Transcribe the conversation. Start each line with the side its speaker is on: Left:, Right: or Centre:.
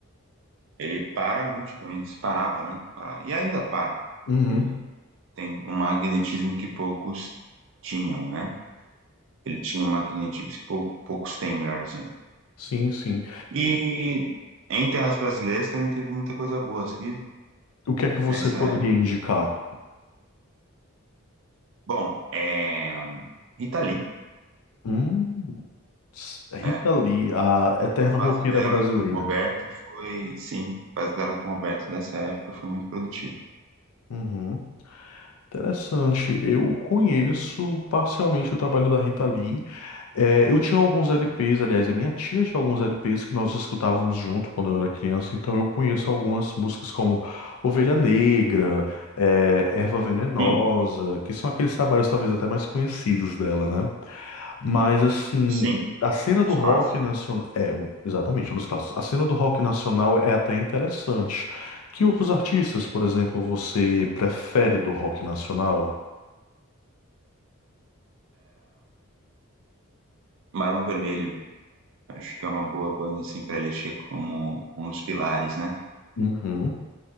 Right: ele para multidões, parava, né? Parava. E ainda para.
Left: Uhum.
Right: Ele tem um magnetismo que poucos tinham, né? Ele tinha um magnetismo que pou- poucos têm, melhor dizendo.
Left: Sim, sim.
Right: E em terras brasileiras também teve muita coisa boa, sabia?
Left: O que é que você
Right: Nessa
Left: poderia
Right: época.
Left: indicar?
Right: Bom, é... Rita Lee,
Left: Hum. É
Right: né?
Left: Rita Lee, a eterna
Right: A
Left: roqueira
Right: fase dela
Left: brasileira.
Right: com o Roberto foi, sim, a fase dela com o Roberto nessa época foi muito produtiva.
Left: Uhum. Interessante. Eu conheço parcialmente o trabalho da Rita Lee. É, eu tinha alguns LPs, aliás, a minha tia tinha alguns LPs que nós escutávamos junto quando eu era criança, então eu conheço algumas músicas como Ovelha Negra, é, Erva Venenosa,
Right: Sim,
Left: que são aqueles trabalhos talvez até mais conhecidos dela, né? Mas assim,
Right: sim,
Left: a cena do
Right: os
Left: rock
Right: clássicos.
Left: nacional é um- exatamente um dos clássicos. A cena do rock nacional é até interessante. Que outros artistas, por exemplo, você prefere do rock nacional?
Right: Barão Vermelho, acho que é uma boa banda, assim, pra eleger como um dos pilares, né?
Left: Uhum.